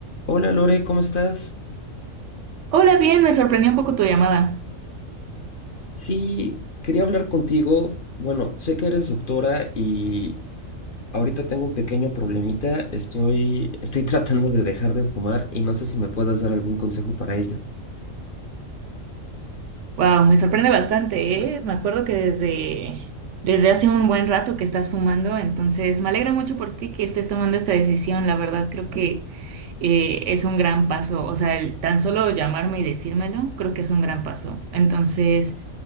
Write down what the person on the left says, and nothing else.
Hola Lore, ¿cómo estás?
Sí, quería hablar contigo. Bueno, sé que eres doctora y ahorita tengo un pequeño problemita. Estoy, estoy <laughs> tratando de dejar de fumar y no sé si me puedas dar algún consejo para ello.